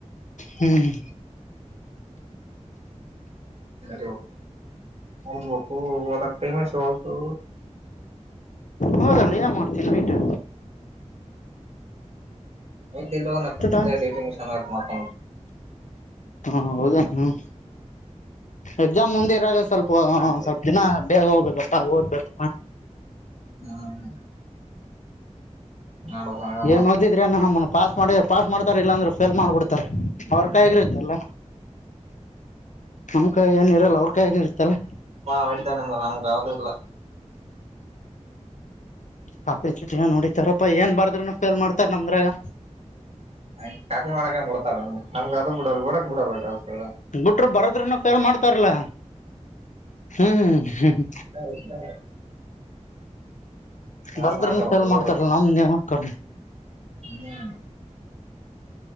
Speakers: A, on the left; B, on the right.
A: ಹ್ಮ್
B: ಮ ಒಪು ಬಪ್ಪು ಒದಕ್ ಟೈಮಸ್ ಹು
A: ಹೌದಲ್ಲ ಯನ್ ಮಾಡ್ತೀನ ಆಯತಾ
B: ಐ ಇ ಇಲ್ಲ
A: ಟೈಮ್
B: ಟಿಂಗಷನ್ತ
A: ಹ್ಮ ಹೌದೇ ಹ್ಮ್ ಎಕ್ಸಾಮ್ ಮುಂದೆ ಇರಾಗ ಸ್ವಲ್ಪ
B: ಬೆಳಿಗ್ಗೆ
A: ಸ್ವಲ್ಪ ದಿನ ಬೇ ಹೋಗಬೇಕಪ್ಪಾ ಓದ್ಬೇಕ
B: ಹ್ಮ ಮಾಡ್ಬೇಕು ಹಂಗ ಮಾಡಕ್
A: ಏನ್ ಓದಿದ್ರಿ ನಮ್ಮ ಪಾಸ್ ಮಾಡಿದ ಪಾಸ್ ಮಾಡ್ತಾರ ಇಲ್ಲಾಂದ್ರೆ ಫೇಲ್ ಮಾಡ್ಬಿಡ್ತಾರ ಅವ್ರ ಕಾಯಗಿತ್ತಲ್ಲ ನಮ್ಕಾಯ ಏನಿ ಇರಲ್ಲ ಅವ್ರ ಕಾಯ ಆಗಿ ಇತ್ತಲ್ಲ
B: ವಡಿತಣಂದ ನಮಾವದು ಇಲ್ಲ
A: ಕಫೀಚ್ಚು ದಿನ ನೋಡಿತಾರಪ್ಪ ಏನ್ ಬಾರ್ರನಫೇಲ್ ಮಾಡ್ತಾರ್ ನಮ್ದಗ
B: ಹ ಖಾತೆ ಮಾಡಕ್ ಬಿಡ್ತಾರ ನಮ್ಗ್ ಅದು ಬಿಡಲ್ ಬಿಡಕ್ ಬಿಡಲ್ ಬಿ
A: ಬಿಟರು ಬರೋದ್ರನು ಫೇಲ್ ಮಾಡ್ತಾರಲ್ಲ ಹ್ಮ್ ಹ್ಮ್
B: ಹೌದಾತ ಕಾಸ್
A: ಬರದ್ರನುಫೇಲ್
B: ಮಾಡ್ಕೋಬೇಕು
A: ಮಾಡ್ತಾರಲ್ಲ ನಮ್ದ ನೇಮಕ
B: ಹ್ಮ್